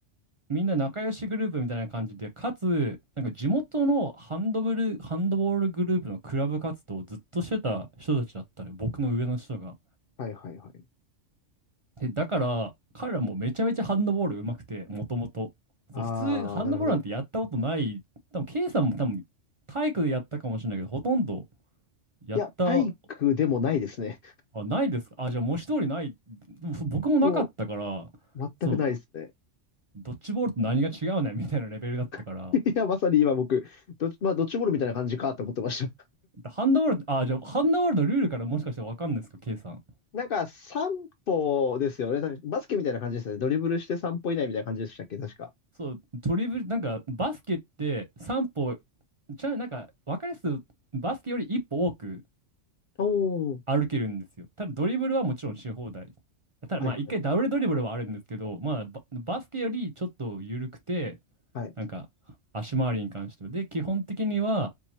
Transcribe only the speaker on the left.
はいはいはい。
ああ、
なるほど。
いや、体育でもないですね。
もう、全くないですね。
<laughs> いや、まさに今僕、ど、まあ、ドッジボールみたいな感じかと思ってました。
<laughs> なんか、散歩ですよね。確かバスケみたいな感じですよね。ドリブルして散歩以内みたいな感じでしたっけ、確か。
おー。
はいはい。
はい。